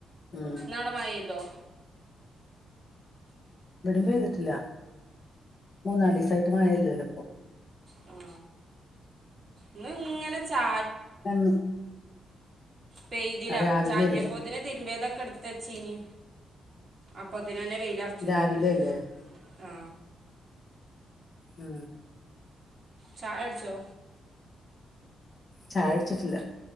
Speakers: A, on the left; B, on the right.
A: ഉം
B: ഇന്നടെമയിതോ
A: ഇവിടെ പെയ്തിട്ടില്ല മൂന്നാല്സായിട്ട് മഴല്ലല്ലോ
B: മ് ഇന്ന് ഇങ്ങനെ ചാ
A: എന്ന്
B: പെയ്തില
A: ആ രാവിലെയല്ലേ
B: ചാറ്റിയപ്പോതിനെ തിരുമ്പിയതൊ ക്കടുത്തച്ചീനി അപ്പൊത്തേ അങ്ങനെ വെയില അർച്ചം
A: രാവിലെയല്ലേ
B: ചെയ്ത് ആ
A: ആ
B: ചായടിച്ചോ
A: ചായടിച്ചിട്ടില്ല